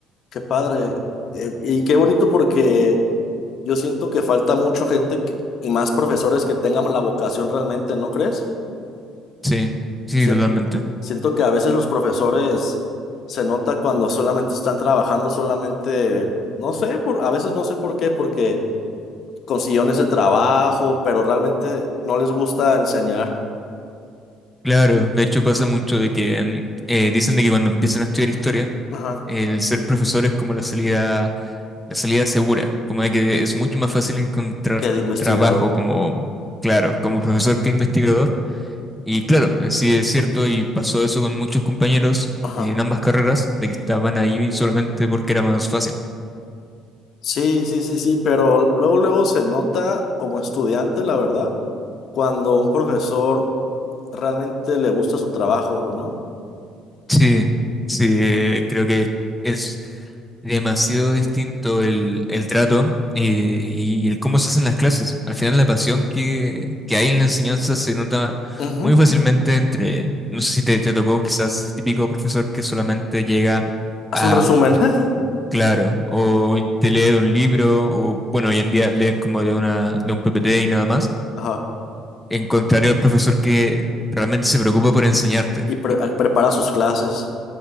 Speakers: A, on the left; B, in the centre.
A: qué padre. Eh, y qué bonito porque Yo siento que falta mucho gente que- y más profesores que tengan la vocación realmente, ¿no crees?
B: Sí, sí,
A: Sien-
B: totalmente.
A: siento que a veces los profesores se nota cuando solamente están trabajando, solamente, no sé, por, a veces no sé por qué, porque consiguieron ese trabajo, pero realmente no les gusta enseñar.
B: Claro, de hecho pasa mucho de que mm, eh, dicen de que cuando empiezan a estudiar historia,
A: Ajá.
B: el ser profesor es como la salida, la salida segura, como de que es mucho más fácil encontrar
A: Que de investigador.
B: trabajo como, claro, como profesor que investigador. Y claro, en sí es cierto y pasó eso con muchos compañeros
A: Ajá.
B: en ambas carreras, de que estaban ahí solamente porque era más fácil.
A: Sí, sí, sí, sí, pero luego, luego se nota como estudiante, la verdad, cuando un profesor realmente le gusta su trabajo, ¿no?
B: Sí, sí, creo que es demasiado distinto el, el trato y, y el cómo se hacen las clases. Al final la pasión que, que hay en la enseñanza se nota
A: Ujú.
B: muy fácilmente entre, no sé si te, te tocó quizás típico profesor que solamente llega
A: Haz
B: a,
A: un resumen. <laughs>
B: claro, o te lee de un libro, o bueno, hoy en día leen como de una, de un PPT y nada más,
A: Ajá.
B: en contrario al profesor que realmente se preocupa por enseñarte.
A: Y pre- ah, prepara sus clases.